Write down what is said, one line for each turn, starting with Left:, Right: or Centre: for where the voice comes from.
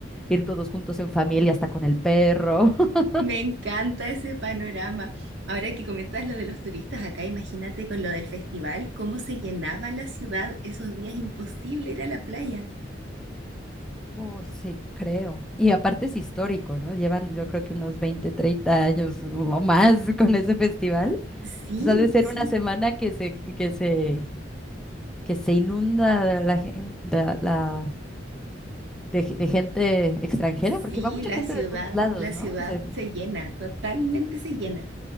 Centre: ir todos juntos en familia, hasta con el perro. <laughs>
Right: Me encanta ese panorama. Ahora que comentas lo de los turistas acá, imagínate con lo del festival, cómo se llenaba la ciudad. Esos días imposible ir a la playa.
Centre: Oh, sí, creo. Y aparte es histórico, ¿no? Llevan yo creo que unos 20, 30 años o más <laughs> con ese festival.
Right: Sí,
Centre: Entonces ha de ser
Right: sí,
Centre: una semana que se, que se, que se inunda de la, gen- de, la- de ge- de gente extranjera,
Right: sí,
Centre: porque va mucha
Right: la
Centre: gente
Right: ciudad,
Centre: de todos lados,
Right: la
Centre: ¿no?
Right: ciudad
Centre: O sea,
Right: se llena, totalmente se llena.